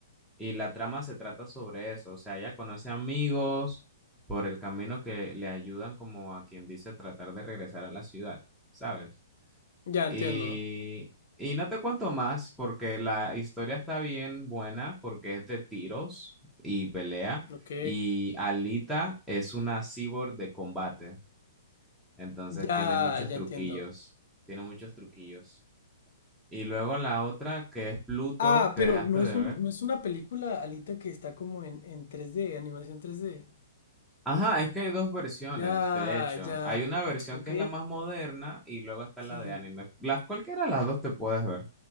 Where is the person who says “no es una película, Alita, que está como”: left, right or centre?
Left